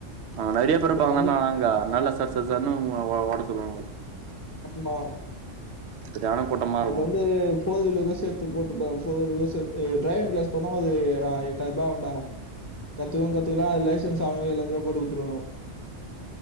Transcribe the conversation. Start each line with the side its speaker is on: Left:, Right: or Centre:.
Right: அங்க நெறய பேரு
Left: இப்ப
Right: அப்பறந்தான்டா
Left: நான் வந்து
Right: நாங்க நல்லா சர் சர் சர்ன்னு ஓ ஓ ஓட்ட சொல்லுவாங்க
Left: ஆமா
Right: சரியான கூட்டமா
Left: அது
Right: இருக்கு
Left: வந்து ஃபோ வீலுக்கு சேத்து போட்டுப்பாங் ஃபோர் வீலுக்கு சேத்து ட்ரைவிங் கிளாஸ் போனா அது ஆ எட்டாய்ர்பா ஆவுன்டா கத்துக்கவு கத்துக்கலா அது லைசன்ஸ் அவுங்க எல்லாத்தியுமே போட்டு குத்துருவானுங்க